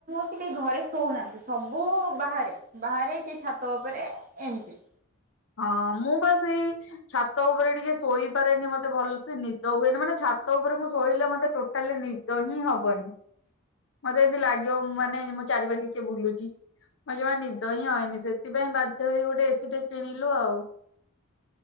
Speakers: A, on the right; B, on the left.
A: ଠି କେହି ଘରେ ଶୋଉନାହାନ୍ତି ସବୁ ବାହାରେ ବାହାରେ କିଏ ଛାତ ଉପରେ ଏମିତି।
B: ହଁ ମୁଁ ବା ସେଇ ଛାତ ଉପରେ ଟିକେ ଶୋଇପାରେନି ମତେ ଭଲସେ ନିଦ ହୁଏନି ମାନେ ଛା ଛାତ ଉପରେ ମୁଁ ଶୋଇଲେ ମତେ ଟୋଟାଲି ନି ଦ ହିଁ ହବନି ମତେ ଯେମିତି ଲାଗିବ ମାନେ ମୋ ଚାରିପଖେ କିଏ ବୁଲୁଚି। ମତେ ଜମା ନିଦ ହିଁ ହଇନି ସେଥିପାଇଁ ବାଧ୍ୟ୍ୟ ହେଇ ଗୋଟେ ଏସି ଟେ କିଣିଲୁ ଆଉ।